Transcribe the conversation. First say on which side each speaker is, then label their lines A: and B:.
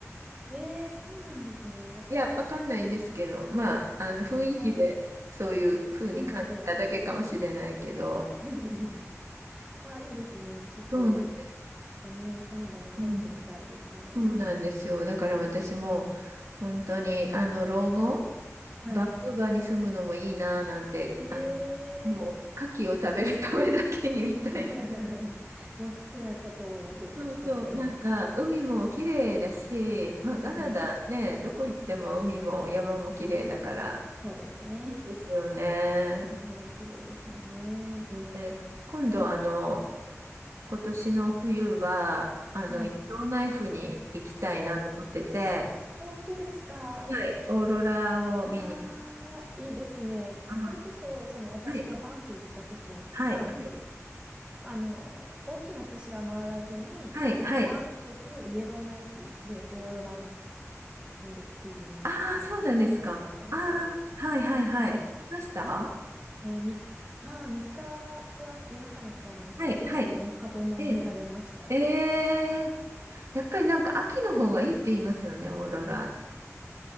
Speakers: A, on the right (about 20°); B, on the right (about 70°).
A: えーそうなんですね。
B: いや、わかんないですけど、まあ、あの雰囲気でそういう風に感じただけかもしれないけど、
A: うん。雰囲気で。<laughs> あ、いいですね。ちょっと、
B: そうなんです。
A: がね、カナダで食べてみたいですね。
B: うん、そうなんですよ。だから私も本当にあの老後、
A: は
B: バンクーバーに住むのもいいなぁなんて、
A: い。
B: あの、もう牡蠣を食べるためだけにみたいな。
A: えー <laughs> もう好きなことです、
B: そうそう、
A: ひたすらに。
B: なんか海も綺麗だし、まあ、カナダね、
A: うん。
B: どこ行っても海も山も綺麗だから、
A: そうですね。
B: いいですよね。
A: すごい綺麗ですよね。
B: で今度あの、今年の冬は、あの、
A: はい。
B: イエローナイフに行きたいなと思ってて、
A: お、本当ですか。
B: はい、オーロラを見に。
A: ああ、いいですね。
B: あ、
A: それこそ、その私がバンフ行った時が、
B: はい、はい、はい、
A: あの、大きな都市は回らずに、
B: はい、はい。
A: バンフとイエローナイフでオーロラを見るっていうのだった、
B: ああ、そうなんですか。
A: コースだったんですよ。
B: ああ、はい、はい、はい。
A: はい。
B: 見ましたは
A: で、み、は3日ツアー、夜中のツアーに参加して3日とも見られました。
B: い、はい。ええ、ええやっぱりなんか秋の方がいいって言いますよね、オーロラ。